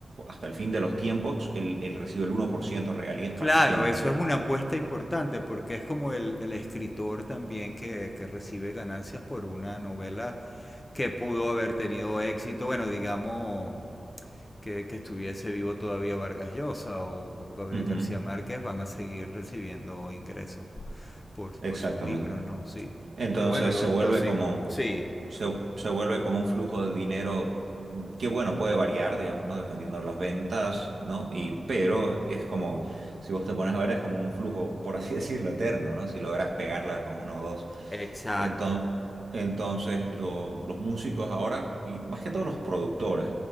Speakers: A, on the right (about 70°); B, on the left (about 30°).
A: Hasta el fin de los tiempos, él, él recibe el uno por ciento de regalías
B: Claro,
A: para siempre.
B: eso es una apuesta importante porque es como el, el escritor también que, que recibe ganancias por una novela que pudo haber tenido éxito, bueno, digamos que, que estuviese vivo todavía Vargas Llosa o, o Gabriel
A: Ujú,
B: García Márquez, van a seguir recibiendo ingresos por,
A: Exactamente.
B: por sus libros, ¿no? Sí.
A: Entonces
B: Que bueno, lo,
A: se vuelve
B: lo sí,
A: como,
B: sí,
A: se, se vuelve como un flujo de dinero mm, que, bueno, puede variar, digamos, ¿no? Dependiendo de las ventas, ¿no? Y, pero es como, si vos te pones a ver, es como un flujo, por así <laughs> decirlo, eterno, ¿no? Si logras pegarla con uno o dos.
B: exacto.
A: Enton- Entonces, lo- los músicos ahora, y más que todo los productores,